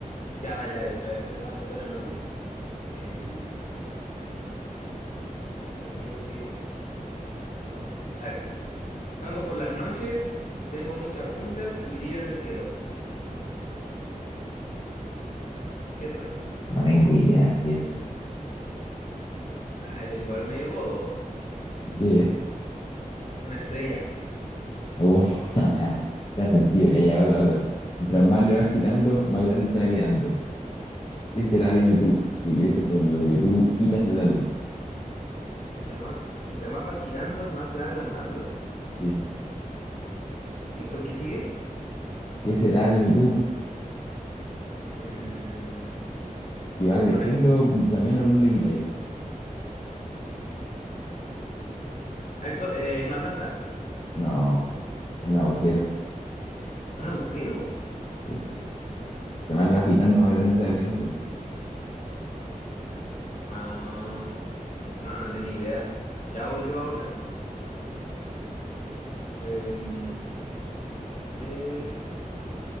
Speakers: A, on the left (about 55°); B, on the left (about 35°).
A: ya, dale, dale. A ver, deja pensar en alguno. Em, yo creo que. A ver, salgo por las noches, tengo muchas puntas y brillo en el cielo. ¿Qué soy?
B: No tengo idea qué es.
A: Ah, eres igual medio bobo. ¿eh?
B: ¿Qué es?
A: Una estrella.
B: Uh, <laughs> está sencillo. Ya, ya, otra, otra. Mientras más le vas quitando, más grande se va quedando. ¿Qué será? Dime tú. Que crece con lo que tú quitas de la luz.
A: Mientras más, mientras más vas quitando, más se va agrandando.
B: Sí.
A: ¿Y después qué sigue?
B: ¿Qué será? Dime tú.
A: Em,
B: Y va creciendo
A: no te...
B: mientras menos luz le quitáis.
A: Ah, el so- eh, una planta.
B: No, un agujero.
A: ¿Un agujero?
B: Sí. Entre más lo vas quitando, más grande se va quedando.
A: Ah, no, no tenía idea. Ya voy yo a otra. Em, a ver.